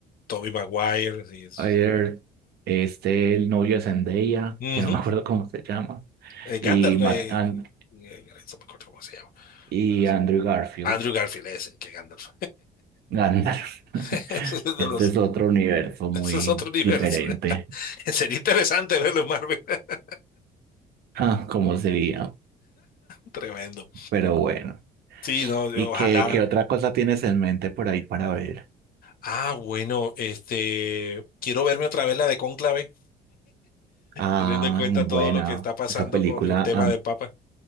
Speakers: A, on the left; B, on the right.
A: Tobey Maguire, sí. es-
B: Ayer, este, el novio de Zendaya,
A: Ujú.
B: que no me acuerdo cómo se llama,
A: Eh, Gandalf,
B: y, Matt,
A: eh,
B: An-
A: eh, no me acuerdo cómo se llama.
B: y
A: Ahora sí.
B: Andrew Garfield,
A: Andrew Garfield, ese, que Gandalf.
B: Gandalf. <laughs>
A: <laughs> Ese es de
B: Este
A: los,
B: es otro universo muy
A: ese es otro universo.
B: diferente.
A: <laughs> Sería interesante verlo en Marvel. <laughs>
B: Ah, ¿cómo sería?
A: Tremendo.
B: Pero bueno.
A: Sí, no,
B: ¿Y
A: ojalá.
B: qué, qué otra cosa tienes en mente por ahí para ver?
A: Ah, bueno, este, quiero verme otra vez la de Cónclave,
B: Ah,
A: teniendo en cuenta
B: muy
A: todo
B: buena.
A: lo que está pasando
B: Esa película
A: con el tema del Papa.